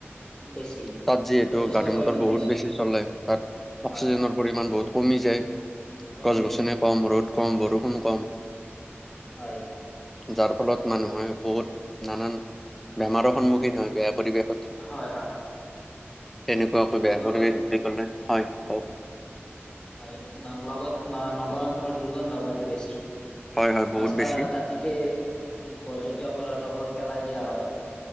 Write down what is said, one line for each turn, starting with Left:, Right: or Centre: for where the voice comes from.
Left: বেছি
Centre: তাত যিহেতু
Left: যথেষ্ট
Centre: গাড়ী
Left: পৰিমাণে
Centre: মটৰ বহুত বেছি চলে তাত অক্সিজেনৰ
Left: হয়
Centre: পৰিমাণ বহুত কমি যায়
Left: কমি
Centre: গছ
Left: যায়
Centre: গছনি কম ৰ'দ কম বৰষুণ কম
Left: হয়
Centre: যাৰ ফলত মানুহে বহুত নানান বেমাৰৰ সন্মুখীন হয় বেয়া পৰিৱেশ
Left: হয়, হয়।
Centre: এনেকুৱাকৈ বেয়া
Left: লগত
Centre: পৰিৱেশ বুলি কলে হয়। কওঁক।
Left: হয় ন লগত ন নগৰ অঞ্চলৰ দুৰ্গন্ধময়ত বেছি।
Centre: হয় হয় বহুত
Left: ৰাস্তা
Centre: বেছি
Left: দাঁতিত এ বজতিয়া পদাৰ্থবোৰ পেলাই দিয়া হয়,